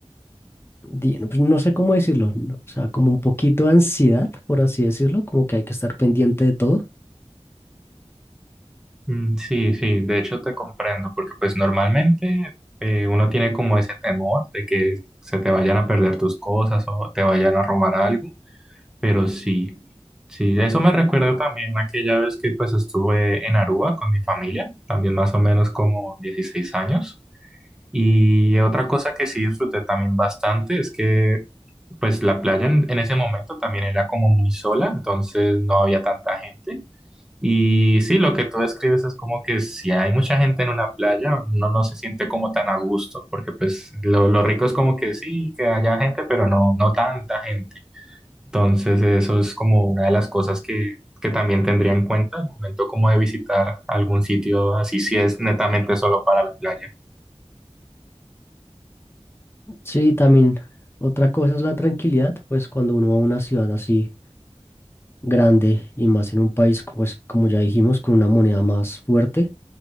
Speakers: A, on the left; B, in the centre.
A: di- pues, no sé cómo decirlo, no, o sea, como un poquito de ansiedad, por así decirlo, como que hay que estar pendiente de todo.
B: mm, sí, sí, de hecho te comprendo, porque pues normalmente eh, uno tiene como ese temor de que se te vayan a perder tus cosas o te vayan a robar algo, pero sí, sí, eso me recuerda también aquella vez que pues estuve en Aruba con mi familia, también más o menos como 16 años, y otra cosa que sí disfruté también bastante es que pues la playa en, en ese momento también era como muy sola, entonces no había tanta gente. Y sí, lo que tú describes es como que si hay mucha gente en una playa, uno no se siente como tan a gusto, porque pues lo, lo rico es como que sí, que haya gente, pero no, no tanta gente. Entonces eso es como una de las cosas que, que también tendría en cuenta al momento como de visitar algún sitio, así si es netamente solo para la playa.
A: Sí, también otra cosa es la tranquilidad, pues cuando uno va a una ciudad así grande y más en un país, pues como ya dijimos, con una moneda más fuerte